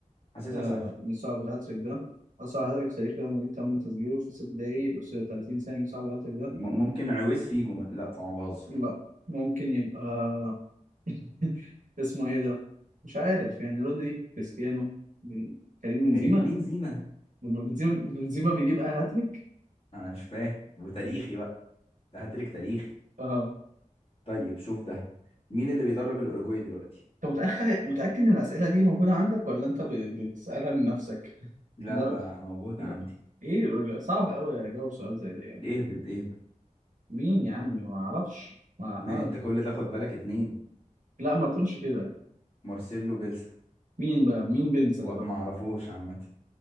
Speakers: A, on the left (about 45°); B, on the right (about 75°).
A: حاسسها
B: آه
A: سهله
B: من صعب الهاتريك ده أصعب هاتريك في تاريخ ريال مدريد تم تسجيله في ست دقايق و30 ثانية من صعب الهاتريك ده
A: م- ممكن عويس فيجو م- لا طبعا بهزر
B: لا ممكن يبقى <laughs> اسمه ايه ده مش عارف يعني رودري كريستيانو بن- كريم بنزيما
A: كريم بنزيما <laughs>
B: بنزيما بنزيما بيجيب هاتريك
A: انا مش فاهم وتاريخي بقى ده هاتريك تاريخي
B: اه
A: طيب شوف ده مين اللي بيدرب الاوروجواي دلوقتي
B: انت متأخ- متأكد ان الأسئلة دي موجودة عندك ولا انت ب- بتسألها من نفسك؟
A: لعبة
B: در...
A: موجودة
B: لا.
A: عندي
B: ايه صعب قوي اجاوب سؤال زي ده يعني
A: اهبط اهبط
B: مين يا عم ما اعرفش ما
A: ما
B: عارف
A: انت كل ده خد بالك اتنين
B: لا ما تقولش كده
A: مارسيلو بيلسا
B: مين بقى مين بنسى
A: و-
B: ده بقى
A: ما اعرفوش عامة